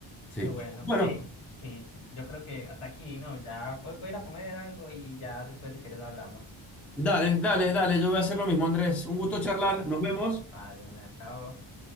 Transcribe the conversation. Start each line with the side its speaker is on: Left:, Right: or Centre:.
Centre: Sí.
Left: Pero bueno,
Centre: Bueno,
Left: hey, sí, yo creo que hasta aquí, ¿no? Ya voy, voy a ir a comer algo y ya después si quieres hablamos.
Centre: dale, dale, dale, yo voy a hacer lo mismo, Andrés. Un gusto
Left: Listo,
Centre: charlar,
Left: listo.
Centre: nos vemos.
Left: Ah, de una, chao.